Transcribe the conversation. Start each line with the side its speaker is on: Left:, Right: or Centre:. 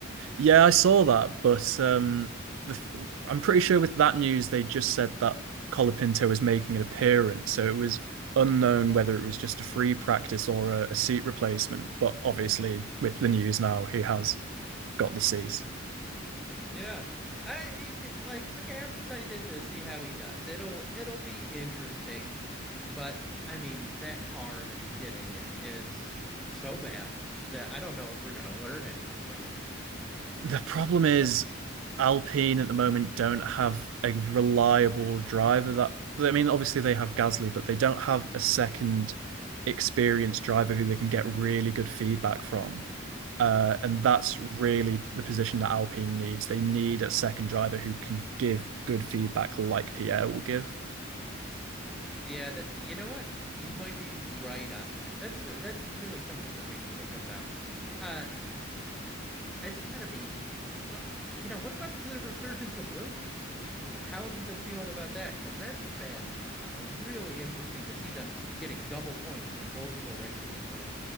Right: Yeah, I saw that, but um, the th I'm pretty sure with that news they just said that Colapinto was making an appearance, so it was unknown whether it was just a free practice or a, a seat replacement. But obviously, with the news now, he has got the seat.
Centre: Yeah. I like okay, I'm excited to see how he does. It'll it'll be interesting, but I mean, that car that he's getting in is so bad that I don't know if we're going to learn anything from it.
Right: The problem is Alpine at the moment don't have a reliable driver that I mean, obviously they have Gasly, but they don't have a second experienced driver who they can get really good feedback from. Uh, and that's really the position that Alpine needs. They need a second driver who can give good feedback like Pierre will give.
Centre: Yeah, that you know what? You might be right on that. That's that's really something for me to think about. Uh it's got to be well, you know, what about the resurgence of Williams? How have you been feeling about that? Because that's been uh, really interesting to see them getting double points in multiple races in a row.